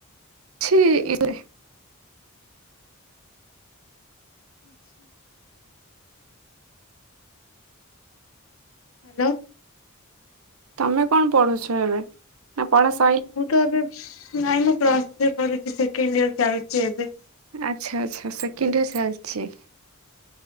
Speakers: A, on the right; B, on the left.
A: ଛି ଏଗୁ <unintelligible>
B: ଆଚ୍ଛା <inaudible> ହାଲୋ
A: ତମେ କଣ ପଢୁଛ ଏବେ ନା ପଢା ସ
B: ମୁଁ ତ ଏବେ ନାଇଁ ମୁଁ ପ୍ଲସ ଥ୍ରୀ କରଛି ସେକେଣ୍ଡ ଇୟର ଚାଲିଛି ଏବେ।
A: ଆଚ୍ଛା, ଆଚ୍ଛା ସେକେଣ୍ଡ ଇୟର ଚାଲିଛି।